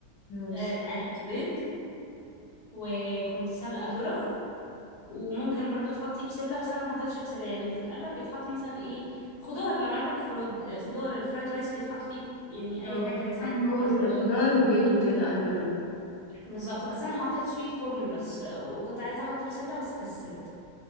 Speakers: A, on the left (about 80°); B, on the left (about 55°).
A: ماشي
B: آه، قليت بيض وكنت سلقة ذرة وممكن برضو تحطي بسلة بس انا ما حطيتش بسلة يعني في الاغلب بيتحط مثلا ايه خضار لو عندك خراد خضار الفرايد رايس بيتحط فيه يعني اي
A: اه
B: حاجة انت
A: صح
B: عايزاها
A: ما هو
B: كخضار
A: بيبقى خضار
B: يعني.
A: وبيض وكده ايوه ايوه
B: بالظبط بس انا حطيت سويت كورن بس وكنت عايزة احط بسلة بس كسلت